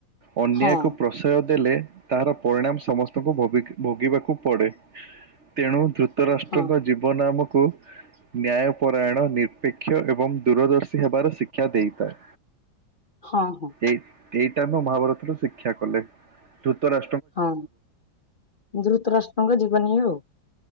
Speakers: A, on the right; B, on the left.
A: ଅନ୍ୟାୟକୁ
B: ହଁ
A: ପ୍ରଶୟ ଦେଲେ ତାହାର ପରିଣାମ ସମସ୍ତଙ୍କୁ ଭବିକ ଭୋଗିବାକୁ ପଡ଼େ ତେଣୁ ଧୃତ ରାଷ୍ଟ୍ରଙ୍କ
B: ହଁ
A: ଜୀ ଜିବନ ନାମକୁ ନ୍ୟାୟ ପରାୟଣ ନିରପେକ୍ଷ ଏବଂ ଦୂରଦର୍ଶୀ ହେବାର ଶିକ୍ଷା ଦେଇଥାଏ।
B: ହଁ ହଁ।
A: ଏଇ ଏଇଟା ଆମ ମହାଭାରତରୁ ଶିକ୍ଷା କଲେ ଧୃତ ରା
B: ହଁ ଦୃତରାଷ୍ଟ୍ରଙ୍କ ଜୀବନ ଇଏ ଆଉ।